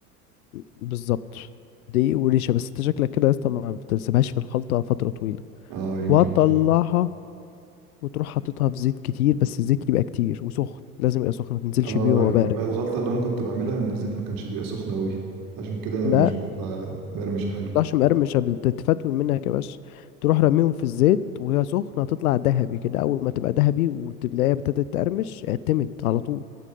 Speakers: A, on the left; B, on the right.
A: بالظبط دقيق ونشا بس انت شكلك كده يا اسطى ما بتسيبهاش في الخلطه فتره طويله
B: اه يمكن
A: وهتطلعها
B: عشان كده
A: وتروح حاططها في زيت كتير بس الزيت يبقى كتير وسخن لازم يبقى سخن ما تنزلش
B: اه
A: بيه وهو بارد
B: يبقى الغلطة اللي انا كنت بعملها ان الزيت ما كانش بيبقى سخن قوي عشان كده
A: لا
B: مش بتطلع مقرمشة حلو
A: تطلعش مقرمشة بتتفتول منك يا باشا تروح رميهم في الزيت وهي سخنة هتطلع ذهبي كده أول ما تبقى ذهبي وتلاقيها ابتدت تقرمش اعتمد على طول